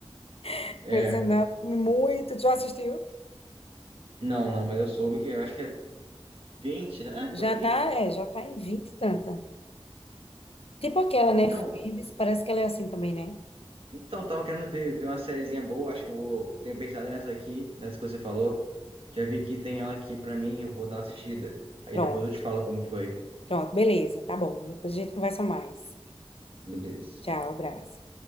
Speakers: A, on the left; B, on the right.
A: <laughs>
B: É,
A: Grey's Anatomy, muito. Tu já assistiu?
B: não, não, mas eu soube que eu acho que é 20, né?
A: Já
B: Por aí.
A: tá, é, já tá em 20 e tanta. Tipo aquela, né,
B: Então,
A: Friends, parece que ela é assim também, né?
B: Então, tava querendo ver, ver uma sériezinha boa, acho que eu vou ter pensado nessa aqui, nessa que você falou. Já vi que tem ela aqui pra mim, eu vou dar uma assistida. Aí
A: Pronto,
B: depois eu te falo como que foi.
A: pronto, beleza, tá bom. Depois a gente conversa mais.
B: Beleza.
A: Tchau, abraço.